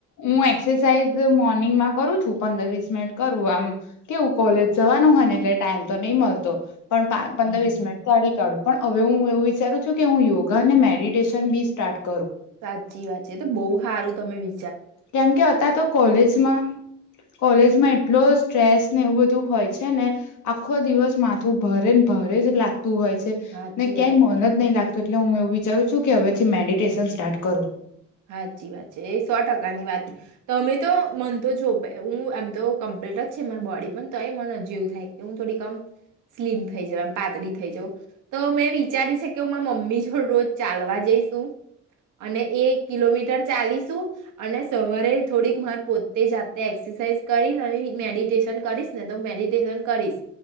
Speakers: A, on the left; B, on the right.
A: હું એક્સરસાઇઝ મોર્નિંગમાં કરું છું પંદર વીસ મિનિટ કરું આમ કેવું કોલેજ જવાનું હોય ને એટલે ટાઈમ તો નહી મળતો. પણ પંદર
B: હમ
A: વીસ મિટ કાઢી કાઢું પણ. હવે હું એવું વિચારું છું કે હું યોગા અને મેડિટેશન બી સ્ટાર્ટ કરું.
B: સાચી વાત છે તો બહુ હારું. તમે વિ
A: કેમ કે હતા તો કોલેજમાં કોલેજમાં એટલો સ્ટ્રેસ ને એવું બધું હોય છે ને આખો દિવસ માથું ભારે ને ભારે જ લાગતુ હોય છે
B: સાચી
A: ને ક્યાંય
B: વાત
A: મન જ નહીં લાગ. એટલે હું એવું વિચારું છું કે હવેથી મેડિટેશન સ્ટાર્ટ કરું.
B: સાાચી વાત છે એ સો ટકાની વાત તમે તો મન તો જો હું એમ તો કમ્પ્લીટ જ છે મા બોડી પણ તો એ મન હજ એવું થાય કે હું થોડીકમ સ્લીમ થઈ જઉ એમ પાતળી થઈ જઉં તો મેં વિચારી્યું છે કે હું મા મમ્મી જોડ રોજ ચાલવા જઈશું અને કિલોમીટર ચાલીસું. અને સવારે થોડીક માર પોતે જાતે એક્સરસાઈઝ. કરી અને મેડિટેશન કરીશ ને. તો મેડિટેશન કરીશ.